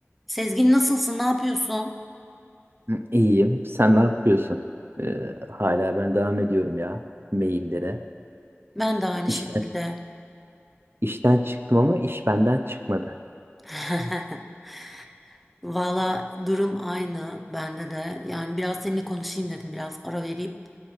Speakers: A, in the centre; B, on the right.
A: Sezgin nasılsın? Ne yapıyorsun?
B: Hı, İyiyim. Sen ne yapıyorsun? Ee, hala ben devam ediyorum ya maillere.
A: Ben de aynı
B: İşten,
A: şekilde.
B: işten çıktım ama iş benden çıkmadı.
A: <laughs> Valla durum aynı bende de. Yani biraz seninle konuşayım dedim. Biraz ara verip